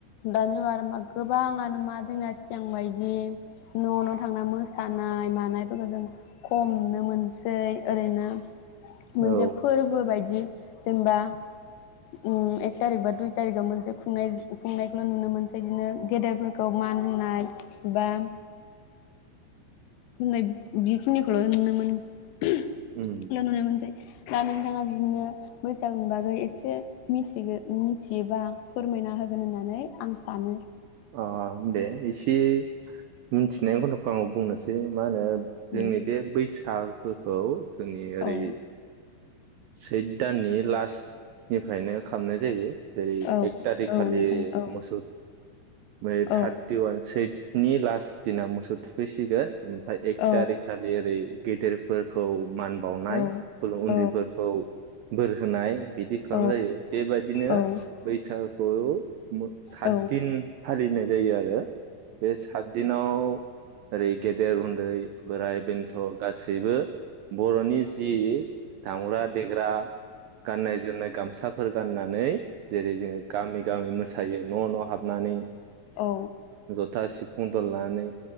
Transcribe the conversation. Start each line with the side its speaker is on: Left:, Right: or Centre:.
Left: दा जों आरो। गोबांङानो मा जोंना सिगां बायदि। न' न' थांना मोसानाय मानायफोरखौ जों खमनो मोनसै ओरैनो। मोनसे
Right: औ
Left: फोर्बो बायदि। जेनेबा उम एक थारिख बा दुइ थारिकआव मोनसे खुंनाय खुंनायखौल' नुनो मोनसै बिदिनो गेदेरफोरखौ मान होनाय बा होननाय बेखिनिखौल' नुनो मोन ल'
Right: उम
Left: नुनो मोनसै दा नोंथाङा बिदिनो बैसागुनि बागै एसे मिथिगो मिथियोबा फोरमायना होगोन होननानै आं सानो।
Right: अ दे एसे ए उम थिनाय खन्द'खौ आङो बुंनोसै मा नो
Left: उम
Right: जोंनि बे बैसाग ओ औ जोंनि ओरै
Left: औ
Right: सैद दाननि लास्टनिफ्रायनो खामनाय जायो। जेरै
Left: औ
Right: एकतारिक
Left: औ
Right: खालि
Left: नोंथां औ
Right: मोसौ ओमफाय
Left: औ
Right: थार्टि वान सि सैदनि लास्ट दिना मोसौ थुखैसिगोन एन फाय एकथारिक
Left: औ
Right: खालि ओरै गेदेरफोरखौ मान बावनाय
Left: औ
Right: खुलु
Left: औ
Right: उन्दैफोरखौ बोर होनाय बिदि खालाम
Left: औ
Right: जायो बेबादिनो
Left: औ
Right: बैसागु सात
Left: औ
Right: तिन फालिनो जायो आरो बे सात दिनाव ओरै उन्दै बोराय बेन्थ' गासैबो बर'नि जियि दामग्रा देग्रा गाननाय जोमनाय गामसा फोर गाननानै जेरै जोङो गामि गामि मोसायो न' न' हाब -्नानै
Left: औ
Right: जथा सिफुं दल लानानै